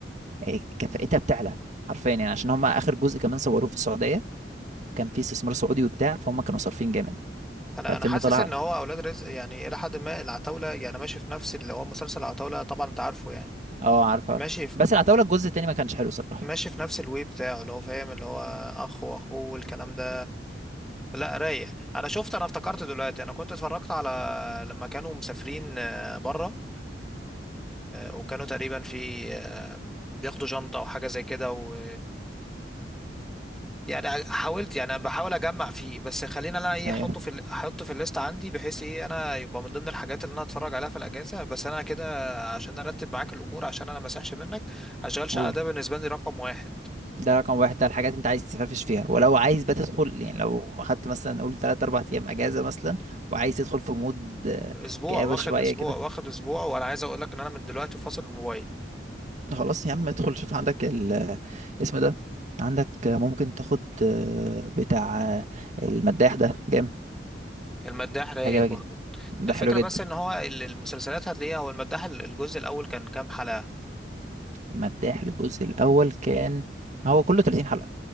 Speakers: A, on the right; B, in the centre.
A: إيه، كفاءتها بتعلى حرفيا يعني عشان هم اخر جزء كمان صوروه في السعوديه وكان في استثمار سعودي وبتاع فهم كانوا صارفين جامد
B: انا
A: فالفيلم
B: انا حاسس
A: طلع
B: ان هو اولاد رزق يعني الى حد ما العتاولة يعني ماشي في نفس اللي هو مسلسل العتاولة طبعا انت عارفه يعني
A: اه عارف عارف
B: ماشي في
A: بس العتاولة الجزء التاني ما كانش حلو صراحة
B: ماشي في نفس الوي بتاعه اللي هو فاهم اللي هو اخ واخوه والكلام ده لا رايق انا شفت انا افتكرت دلوقتي انا كنت اتفرجت على لما كانوا مسافرين بره وكانوا تقريبا في آه، بياخدوا شنطة او حاجة زي كده و يعني حاولت يعني أنا بحاول اجمع فيه بس خلينا انا ايه
A: ايوه
B: احطه في ال- احطه في الليست عندي بحيث ايه انا يبقى من ضمن الحاجات اللي انا اتفرج عليها في الاجازة بس انا كده عشان ارتب معاك الامور عشان انا ما اسحش منك هشغل شقة
A: قول
B: ده بالنسبة لي رقم واحد
A: ده رقم واحد ده الحاجات انت عايز تفرفش فيها ولو عايز بقى تدخل يعني لو اخدت مثلا قول تلات اربع ايام اجازة مثلا وعايز تدخل في مود آه،
B: اسبوع
A: كآبة
B: واخد
A: شوية
B: اسبوع
A: كده
B: واخد اسبوع وانا عايز اقول لك ان انا من دلوقتي فاصل الموبايل
A: خلاص يا عم ادخل شوف عندك ال اسمه ده عندك آه، ممكن تاخد آه، بتاع آه، المداح ده جامد
B: المداح رايق
A: عجبك
B: برضو
A: جدا ده
B: الفكره
A: حلو جدا
B: بس ان هو ال- المسلسلات هتلاقيها هو المداح ال- الجزء الاول كان كام حلقه
A: المداح الجزء الاول كان هو كله 30 حلقة